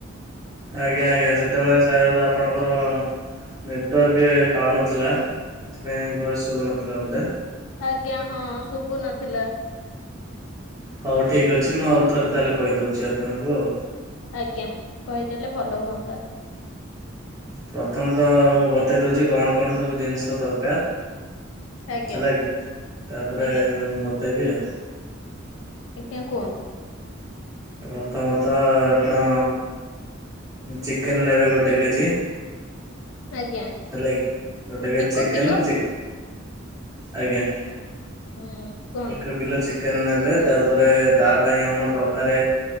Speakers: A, on the right; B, on the left.
A: ଆଜ୍ଞା। ଆଜ୍ଞା। ସେତେବେଳେ ସାୟଦ ଆପଣଙ୍କର ନେଟୱାର୍କ ପାଉନଥିଲା। ଏଥିପାଇଁ ଭଏସ ଶୁଭୁ ନଥିଲା ବୋଧେ?
B: ଆଜ୍ଞା। ହଁ ଶୁଭୁ ନଥିଲା।
A: ହଉ ଠିକ ଅଛି। ମୁଁ ଆଉ ଥରେ ତାହେଲେ କହିଦଉଛି ଆପଣଙ୍କୁ ଆଉ।
B: ଆଜ୍ଞା। କହିଦେଲେ ଭଲ ହୁଅନ୍ତା।
A: ପ୍ରଥମତଃ। ମୁଁ ବତେଇ ଦେଉଛି କଣ କଣ ସବୁ ଜିନିଷ ଦରକାର।
B: ଆଜ୍ଞା
A: ହେଲା କି? ତାପରେ
B: ଆଜ୍ଞା
A: ବତେଇବି ଆଉ।
B: ଆଜ୍ଞା। କୁହନ୍ତୁ?
A: ପ୍ରଥମତଃ। ଆପଣ ଚିକେନ୍ ନେବେ ଗୋଟେ କେଜି?
B: ଆଜ୍ଞା।
A: ହେଲା କି ଗୋଟେ
B: ଏକ କିଲୋ
A: କେଜି ଚିକେନ, ଆଜ୍ଞା।
B: ହୁଁ କୁହନ୍ତୁ
A: ଏକ କିଲୋ ଚିକେନ ନେବେ, ତାପରେ ତା ପାଇଁ ଆମର ଦରକାର